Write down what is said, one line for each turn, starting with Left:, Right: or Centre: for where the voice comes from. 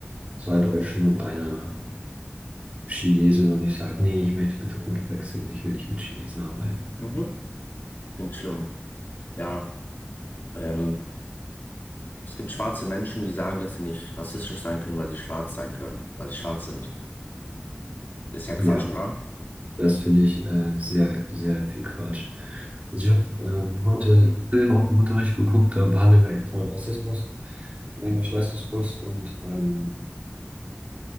Right: zwei Deutschen und einer Chinesin und ich sage, nee, ich möchte bitte Kultur wechseln, ich will nicht mit Chinesen arbeiten.
Left: mhm. Klingt schlimm. Ja, ähm, es gibt schwarze Menschen, die sagen, dass sie nicht rassistisch sein können, weil sie schwarz sein können, weil sie schwarz sind. Ist ja Quatsch,
Right: Ja,
Left: oder?
Right: das finde ich äh, sehr, sehr viel Quatsch. Also ich habe ähm, heute einen Film auch im Unterricht geguckt, da behandeln wir auch gerade Rassismus im Englisch-Leistungskurs und ähm,